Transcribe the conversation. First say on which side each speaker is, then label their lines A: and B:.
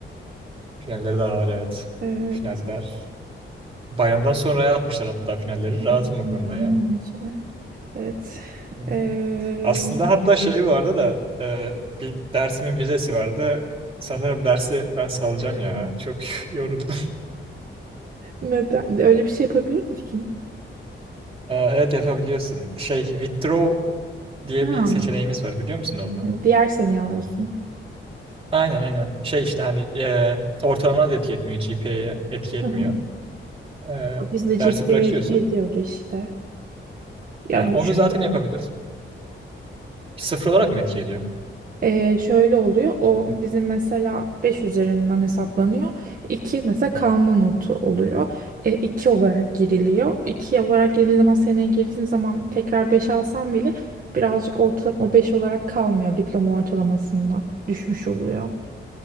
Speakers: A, on the right (about 25°); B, on the right (about 45°).
A: <laughs> Finalleri daha var evet.
B: Evet.
A: Finaller. Bayramdan sonraya atmışlar hatta finalleri.
B: Tamam,
A: Rahatım
B: Bayramdan
A: o konuda ya.
B: sonra. Evet.
A: Hı hı.
B: Ee,
A: Aslında hatta şey vardı da e, bir dersimin vizesi vardı. Sanırım dersi ben salacağım ya. Çok <laughs> yoruldum.
B: neden? Öyle bir şey yapabiliyor musun?
A: Aa, evet yapabiliyorsun. Şey withdraw diye
B: Ha.
A: bir seçeneğimiz var biliyor musun onu?
B: Diğer seneyi alıyorsun.
A: Aynen aynen. Şey işte hani e, ortalama da etki etmiyor. GPA'ye etki etmiyor.
B: Hı hı.
A: E,
B: Bizde
A: dersi
B: GPA
A: bırakıyorsun.
B: etki ediyordu işte. Ya
A: Ha, onu
B: düşük
A: zaten
B: oluyor.
A: yapabilir. Sıfır olarak mı etki ediyor?
B: Ee, şöyle oluyor. O bizim mesela 5 üzerinden hesaplanıyor. iki mesela kalma notu oluyor. E, 2 olarak giriliyor. iki olarak girildiği zaman seneye girdiğin zaman tekrar 5 alsan bile birazcık ortalama o 5 olarak kalmıyor. Diploma ortalamasında düşmüş oluyor.